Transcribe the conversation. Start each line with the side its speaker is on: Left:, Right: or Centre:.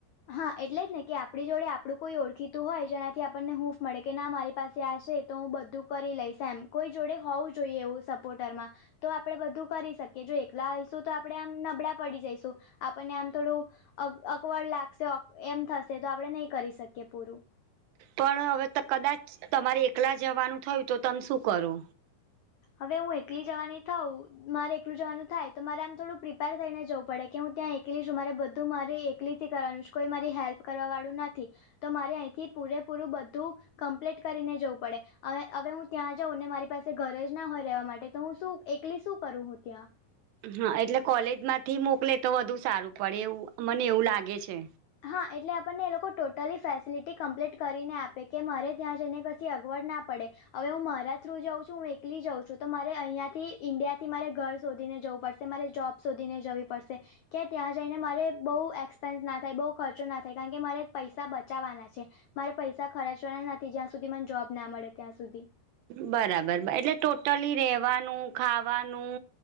Left: હા એટલે જ ને કે આપણી જોડે આપણું કોઈ ઓળખીતું હોય જેનાથી આપણને હુંફ મળે કે ના મારી પાસે આશે તો હું બધું કરી લઈશ એમ કોઈ જોડે હોવું જોઈએ એવું સપોર્ટરમાં. તો આપડે બધું કરી શકીએ જો એકલા આવીઈશું તો આપણે આમ નબળા પડી જઈશું આપણને આમ થોડું. અકવડ લાગશે એમ થશે તો આપડે નહી કરી શકીએ પૂરું.
Right: પણ હવે કદાચ તમારે એકલા જવાનું થયું તો તમે શું કરો?
Left: હવે હું એકલી જવાની થઉું. મારે એકલું જવાનું થાય તો મારે આમ થોડું પ્રિપેર થઈને જવું પડે કે હું ત્યાં એકલી છું મારે બધું મારે તકલીથી કરવાનું છે કોઈ મારી હેલ્પ કરવાવાળું નથી તો મારે અહીંથી પૂરેપૂરું બધું. મ્પ્લીટ કરીને જવું પડે, હવે હું ત્યાં જાઉ ને મારી પાસે ઘરે જ ના હોય રહેવા માટે તો હું શું એકલી શું કરું હું ત્યાં?
Right: હા એટલે કોલેજ માંથી મોકલે તો વધુ સારું પડે એવું મને એવું લાગે છે.
Left: હા એટલે આપણને એ લોકો ટોટલી ફેસિલિટી કમ્પ્લીટ કરીને આપે કે મારે ત્યાં જઈને કછી અગવડ ના પડે. હવે હું મારા થ્રુ જાઉં છું હું એકલી જાઉં છું તો મારે અહીંયા થી ઈન્ડિયા થી મારે ઘર શોધીને જવું પડશે. મારે જોબ સુધીને જવી પડશે કે ત્યાં જઈને મારે બહુ એક્સપેન્સ ના થાય બહુ ખર્ચો ના થાય કારણ કે મારે પૈસા બચાવવાના છે. મારે પૈસા ખર્ચવાના નથી જ્યાં સુધી મને જોબ ના મળે ત્યાં સુધી.
Right: બરાબર એટલે ટોટલી રેવાનું, ખાવાનું